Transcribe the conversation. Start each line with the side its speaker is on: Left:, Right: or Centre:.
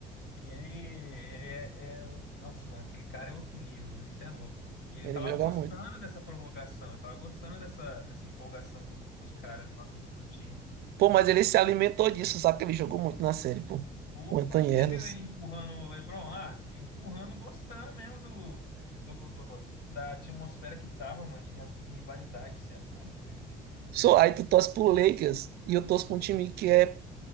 Left: Ele é, é- é um- Nossa, mano, aquele cara é outro nível, velho. Isso é louco. E ele
Right: Ele
Left: tava
Right: joga
Left: gostando
Right: muito.
Left: dessa provocação, ele tava gostando dessa, dessa empolgação do- dos caras lá no, no time.
Right: Pô,
Left: Você
Right: mas
Left: tá
Right: ele
Left: doido.
Right: se alimentou disso, sabe? Que ele jogou muito na série, pô.
Left: Opa,
Right: O Anthony
Left: você
Right: Edwards.
Left: viu ele empurrando o LeBron lá? Empurrando, gostando mesmo do, do, do- da atmosfera que tava, mano, de ri- rivalidade. Você tá doido.
Right: Só aí tu torce pro Lakers e eu torço pra um time que é